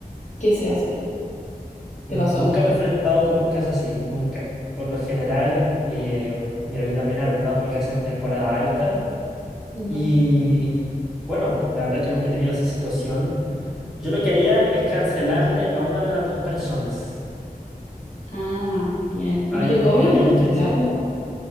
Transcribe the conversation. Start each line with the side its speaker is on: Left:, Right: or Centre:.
Left: ¿Qué se hace ahí?
Centre: Mm,
Left: ¿Te pasó?
Centre: Nunca me he enfrentado con un caso así, nunca. Por lo general, eh, mira, yo también he arrendado mi casa en temporada alta
Left: Ujú.
Centre: y bueno, la verdad es que nunca he tenido esa situación. Yo lo que haría es cancelarle a una de las dos personas.
Left: Ah, bien.
Centre: Ahí
Left: ¿Y no te cobran
Centre: tú tienes
Left: por cancelarlo?
Centre: que decidir.